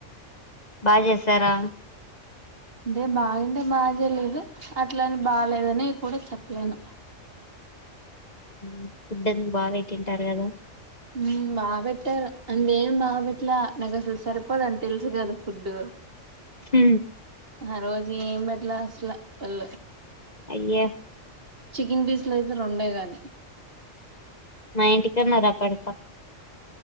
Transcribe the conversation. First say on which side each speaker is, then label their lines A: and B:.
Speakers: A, on the left; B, on the right.
A: బా చేసారా?
B: అంటే, బాగంటే బా చేలేదు. అట్లని బాలేదని కూడ చెప్పలేను.
A: మ్ ఫుడ్ అన్ని బా పెట్టింటారు కదా!
B: మ్మ్ బాగా పెట్టారు అంతెం బాబెట్లా నాకు అసలు సరిపోదని తెలుసు కద ఫుడ్
A: హ
B: ఆ రోజు ఏం బేట్ల అసలు వాళ్ళు
A: అయ్యే
B: చికెన్ పీస్ లు అయితే రెండే గాని
A: మా ఇంటికి అన్న రా పెడత